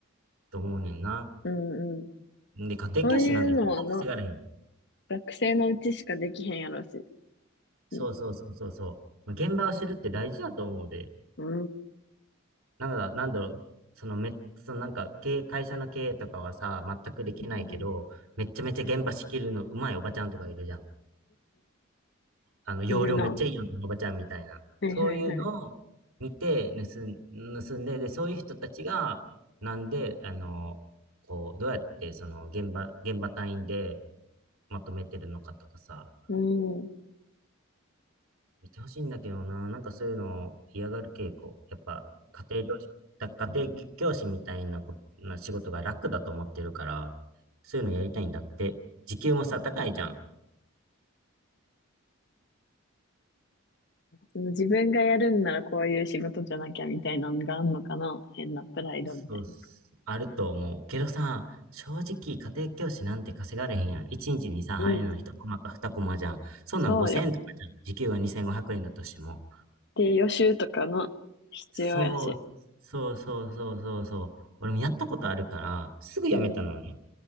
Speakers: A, on the right; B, on the left.
A: と思うねんな。
B: うん、うん。
A: で、家庭教師なんて絶対稼がれへん。
B: そういうのはな、学生のうちしかできへんやろし。
A: そうそうそうそうそう。
B: うん、
A: まあ現場を知るって大事だと思うで。
B: うん、
A: なんだ、なんだろう、そのめ、そのなんか経営、会社の経営とかはさ、全くできないけど、
B: うん
A: めっちゃめちゃ現場仕切るのうまいおばちゃんとかいるじゃん。あの、容量めっちゃいいやん、
B: いるな。は
A: このおばちゃんみたいな。
B: いはいはい。
A: そういうのを見て盗ん、盗んで、で、そういう人たちが、なんで、あの、こう、どうやってその現場、現場単位でまとめてるのかとかさ、
B: うん。
A: 見てほしいんだけどな。なんかそういうのを嫌がる傾向。やっぱ、家庭教師、だ家庭教師みたいなこ、な仕事が楽だと思ってるから、そういうのやりたいんだって。時給もさ、高いじゃん。
B: その自分がやるんならこういう仕事じゃなきゃみたいなのがあんのかな。変なプライドみたいな。
A: そうっす、あると思う。けどさ、正直家庭教師なんて稼がれへんやん。1日にちにさ、
B: うん、
A: 入るの1コマか2コマじゃん。そんなん5000円とかじゃん。
B: そうよ。
A: 時給が2500円だとしても。
B: で、予習とかの必要やし。
A: そう、そうそうそうそうそう。俺もやったことあるから、すぐ辞めたのね。
B: うん、